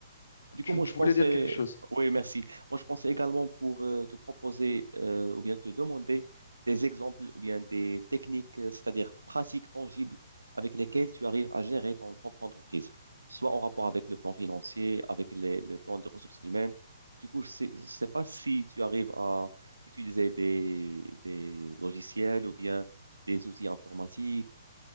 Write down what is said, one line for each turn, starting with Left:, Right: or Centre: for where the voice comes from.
Right: Du coup,
Left: tu,
Right: moi,
Left: tu
Right: je pensais,
Left: voulais dire quelque chose.
Right: oui, merci. Moi, je pensais également pour euh, te proposer euh, ou bien te demander des exemples ou bien des techniques, euh, c'est-à-dire pratiques tangibles avec lesquelles tu arrives à gérer ton propre entreprise, soit en rapport avec le plan financier, avec les- le plan de ressources humaines. Du coup, je sais, je sais pas si tu arrives à utiliser des, des logiciels ou bien des outils informatiques,